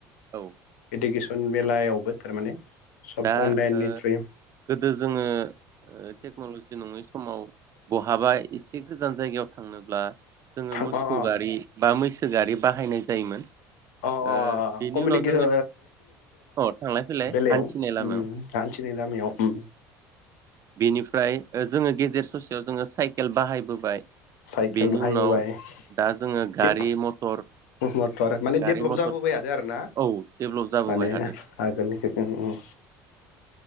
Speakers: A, on the right; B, on the left.
A: औ।
B: इडुकेसन बेलायावबो थारमाने। सब
A: दा
B: अनलाइननि
A: ओ
B: थ्रुयै
A: गोदो जोङो ओ टेक्न'लजि नङै समाव बहाबा एसे गोजान जायगायाव थांनोब्ला जोङो
B: थां
A: मोसौ
B: अ अ
A: गारि बा मैसो गारि बाहायनाय जायोमोन
B: अ
A: ओ
B: अ
A: बेनि
B: कमिउनिकेसन
A: उनाव जोङो अ थांलाय फैलाय।
B: दायाव
A: हान्थिनाय लामायाव
B: उम उम <unintelligible> नाय लामायाव ओम।
A: बेनिफ्राय ओ जोङो गेजेर ससेयाव जोङो साइकेल बाहायबोबाय।
B: साइकेल
A: बेनि
B: बाहायबोबाय
A: उनाव दा जोङो गारि
B: ते
A: मथर
B: मटर माने
A: गारि
B: डेभलप
A: मथर
B: जाबोबायद आरोना
A: औ डेभलप जाबोबाय
B: माने
A: हादों
B: आगोलनि ओं ओं।